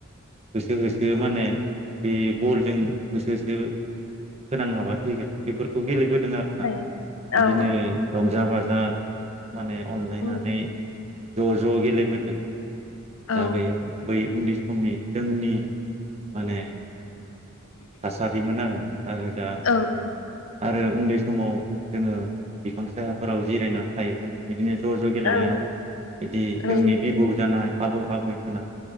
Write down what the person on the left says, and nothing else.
ए
औ औ
उम
औ
औ
ओं
ओं